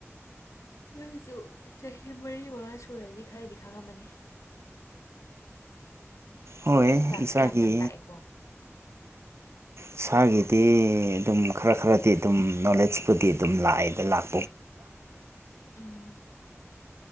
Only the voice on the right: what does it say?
ꯍꯣꯏ
ꯏꯁꯥꯒꯤ
ꯁꯥꯒꯤꯗꯤ ꯑꯗꯨꯝ ꯈꯔ ꯈꯔꯗꯤ ꯑꯗꯨꯝ ꯅꯣꯂꯦꯖꯄꯨꯗꯤ ꯑꯗꯨꯝ ꯂꯥꯛꯑꯦꯗ ꯂꯥꯛ꯫